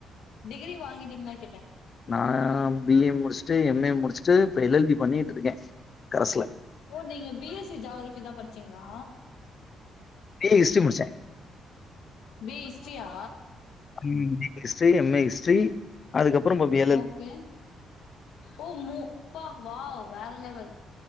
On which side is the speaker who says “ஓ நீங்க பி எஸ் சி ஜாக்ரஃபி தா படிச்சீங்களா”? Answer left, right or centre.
Left